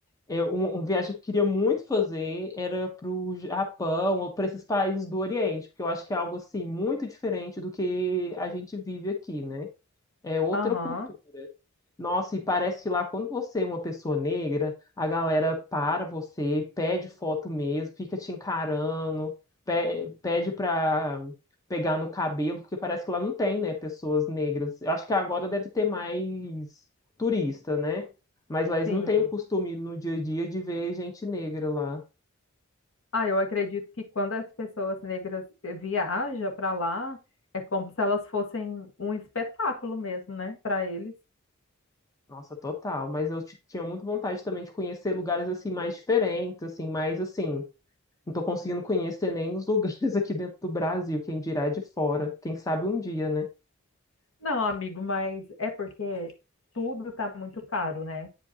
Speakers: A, on the left; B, on the left.
A: é, um, um viagem que eu queria muito fazer era pro Japão ou para esses países do Oriente, porque eu acho que é algo assim muito diferente do que a gente vive aqui, né? É outra
B: Aham,
A: cultura. Nossa, e parece que lá quando você é uma pessoa negra, a galera para você, pede foto mesmo, fica te encarando, pe- pede pra pegar no cabelo, porque parece que lá não tem, né, pessoas negras. Eu acho que agora deve ter mais turista, né? Mas lá eles
B: sim.
A: não têm o costume no dia a dia de ver gente negra lá.
B: Ah, eu acredito que quando as pessoas negras eh, viajam para lá, é como se elas fossem um espetáculo mesmo, né, para eles.
A: Nossa, total. Mas eu ti- tinha muito vontade também de conhecer lugares assim mais diferentes, assim, mais assim Não tô conseguindo conhecer nem os lugares <laughs> aqui dentro do Brasil, quem dirá de fora. Quem sabe um dia, né?
B: Não, amigo, mas é porque tudo está muito caro, né?